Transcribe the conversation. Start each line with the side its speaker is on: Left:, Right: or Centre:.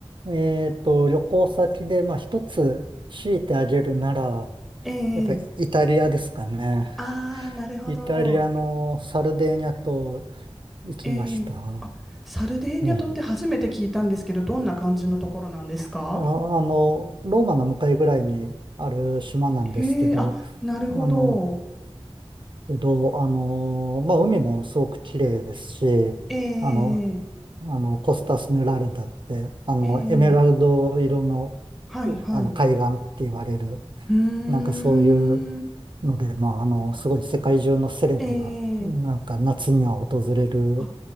Right: えっと、旅行先で、まあ一つ強いてあげるなら、
Centre: ええ
Right: やっぱりイタリアですかね。
Centre: ああー、なるほど。
Right: イタリアのサルデーニャ島行きました。
Centre: ええあ、サルデーニャ島って初めて聞いたんですけど、
Right: うん。
Centre: どんな感じのところなんですか
Right: いやあの、ローマの向かいぐらいにある島なんですけど、
Centre: へえ、あ、なるほど。
Right: あの、けど、あのーまあ、海もすごく綺麗ですし、
Centre: ええ
Right: あの、あの、コスタスメラルダって、あの、
Centre: ええ
Right: エメラルド色の、
Centre: はいはい。
Right: うあの、海岸って言われる、
Centre: うーん、
Right: なんかそういうので、まあ、あの、すごい世界中のセレブが、
Centre: ええ
Right: なんか夏には訪れる
Centre: あ、